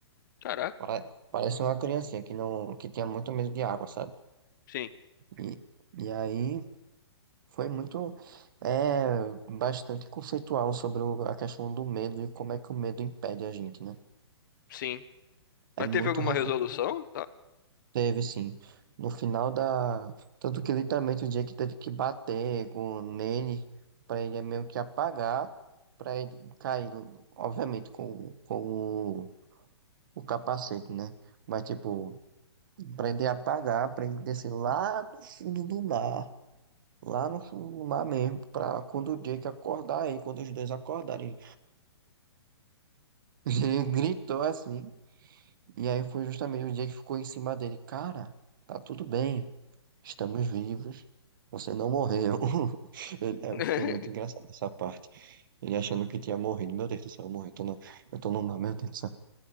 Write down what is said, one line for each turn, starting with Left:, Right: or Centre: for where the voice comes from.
Left: Caraca,
Right: Pare- Parece uma criancinha que não, que tinha muito medo de água, sabe?
Left: sim,
Right: E, e aí foi muito, é, bastante conceitual sobre o- a questão do medo e como é que o medo impede a gente, né?
Left: sim. Mas
Right: É muito
Left: teve alguma
Right: reflexivo,
Left: resolução?
Right: teve, sim. No final da, tanto que literalmente o dia que teve que bater com nele para ele meio que apagar, para ele cair, obviamente com, com o, o capacete, né? Mas tipo Aprender a pagar, aprender a descer lá no fundo do mar, lá no fundo do mar mesmo, pra quando o Jake acordar aí, quando os dois acordarem. <laughs> Ele gritou assim, e aí foi justamente o Jake que ficou em cima dele. Cara, tá tudo bem, estamos vivos, você não morreu. <laughs> Ele- é,
Left: <laughs>
Right: foi muito engraçado essa parte. Ele achando que tinha morrido, meu Deus do céu, eu morri, tô no, eu tô no mar, meu Deus do céu.